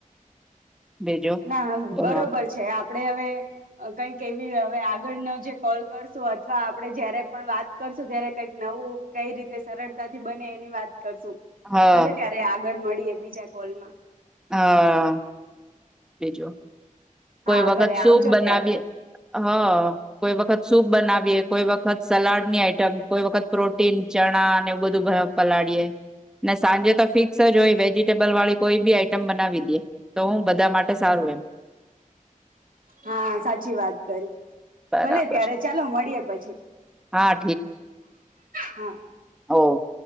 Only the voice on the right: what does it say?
ના
બરોબર છે આપ આપણે હવે કંઈક એવી હવે આગળનો જે કોલ કરશું અથવા આપણે જયારે પણ વાત કરશું ત્યારે કઈક નવું કઈ રીતે સરળતાથી બને એની વાત કરશું
ભલે ત્યારે આગળ મળી બીજા કોલમાં
હા
ભલે
આવજો
ત્યારે
હા સાચી વાત કરી
ભલે ત્યારે ચાલો મળીએે પછી.
હા.